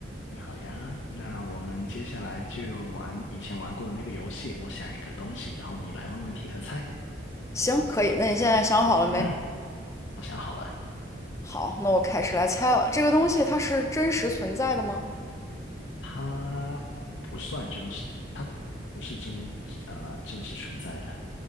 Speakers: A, on the left; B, on the left.
A: 你好呀，那我们接下来就玩以前玩过的那个游戏。我想一个东西，然后你来问问题和猜。
B: 行，可以。那你现在想好了没？
A: 嗯我想好了，
B: 好，那我开始来猜了。这个东西它是真实存在的吗？
A: 它不算真实，它不不是真呃真实存在的。